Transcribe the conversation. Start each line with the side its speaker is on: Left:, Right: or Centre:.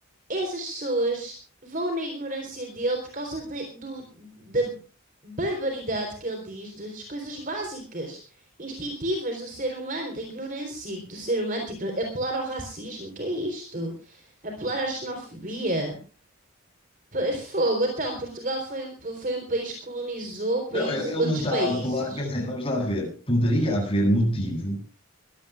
Right: essas pessoas vão na ignorância dele por causa de- do- da barbaridade que ele diz das coisas básicas, instintivas do ser humano, da ignorância do ser humano, tipo apelar ao racismo, que é isto? Apelar à xenofobia. P- Fogo, então, Portugal foi um, p- foi um país que colonizou país-
Left: Não, ele ele
Right: outros
Left: não está
Right: países.
Left: a apelar, quer dizer, vamos lá ver. Poderia haver motivo